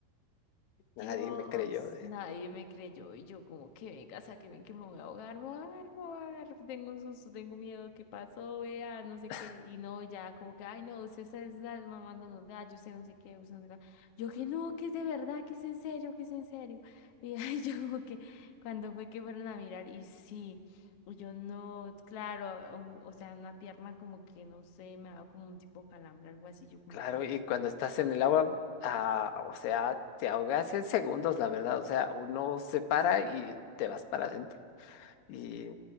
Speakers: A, on the left; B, on the left.
A: Nadie
B: Dios,
A: me creyó. de-
B: nadie me creyó y yo como que venga, saquen que me voy a ahogar, me voy a ahogar, me voy a ahogar, tengo un susto, tengo miedo, ¿qué pasó? Vea, no sé
A: <laughs>
B: qué, y no, ya como que, ay no, usted se está mamando los gallos, usted no sé qué, usted no sé qué. Yo que no, que es de verdad, que es en serio, que es en serio. Y ay, <laughs> yo como que cuando fue que fueron a mirar y sí, y yo no, claro, um, o sea, una pierna como que no sé, me daba como un tipo calambre, algo así, yo como
A: Claro,
B: que...
A: y cuando estás en el agua, ah, o sea, te ahogas en segundos, la verdad. O sea, uno se para y te vas para adentro. Y